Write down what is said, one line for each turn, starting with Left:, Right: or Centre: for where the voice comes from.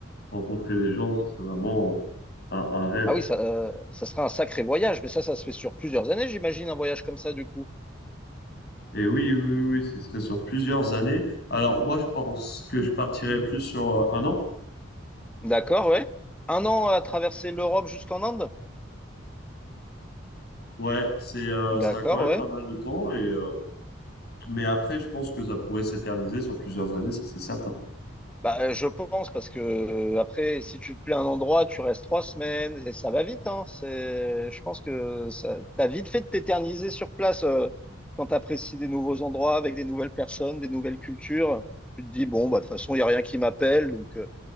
Left: rencontrer les gens, ce serait vraiment euh, un, un rêve.
Centre: Ah oui, ça, euh, ça sera un sacré voyage, mais ça, ça se fait sur plusieurs années, j'imagine, un voyage comme ça, du coup.
Left: Et oui, oui, oui, oui, ce serait sur plusieurs années. Alors moi, je pense que je partirais plus sur euh, un an.
Centre: D'accord, ouais. Un an à traverser l'Europe jusqu'en Inde?
Left: Ouais, c'est euh,
Centre: D'accord,
Left: ça a quand même
Centre: ouais.
Left: pas mal de temps et euh, mais après je pense que ça pourrait s'éterniser sur plusieurs années, ça c'est certain.
Centre: Bah, euh, je pense parce que euh, après, si tu te plais à un endroit, tu restes trois semaines et ça va vite, hein. C'est, je pense que ça, t'as vite fait de t'éterniser sur place euh, quand t'apprécies des nouveaux endroits avec des nouvelles personnes, des nouvelles cultures. Tu te dis bon, bah de toute façon, il y a rien qui m'appelle, donc euh,